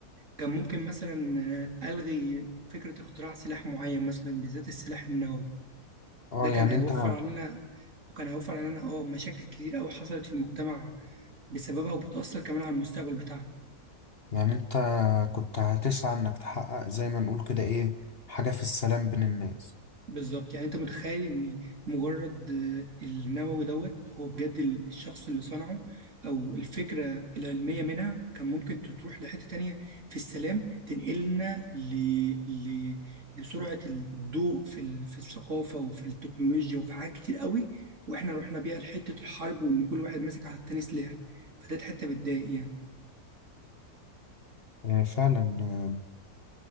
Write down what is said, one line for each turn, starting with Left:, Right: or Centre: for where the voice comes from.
Right: كان ممكن مثلا آه، الغي فكره اختراع سلاح معين مثلا بالذات السلاح النووي
Left: اه
Right: ده كان
Left: يعني
Right: هيوفر
Left: انت
Right: علينا وكان هيوفر علينا اه مشاكل كتير قوي حصلت في المجتمع بسببها وبتأثر كمان على المستقبل بتاعنا
Left: يعني انت كنت هتسعى انك تحقق زي ما نقول كده ايه حاجة في السلام بين الناس
Right: بالظبط يعني انت متخيل ان مجرد آه، النووي دوت هو بجد ال- الشخص اللي صنعه او الفكرة العلمية منها كان ممكن تروح لحتة تانية في السلام تنقلنا ل... ل... لسرعة الضوء في ال... في الثقافة وفي التكنولوجيا وفي حاجات كتير قوي واحنا رحنا بيها لحتة الحرب وان كل واحد ماسك على التاني سلاح فده حتة بتضايق يعني
Left: آه، فعلا آه،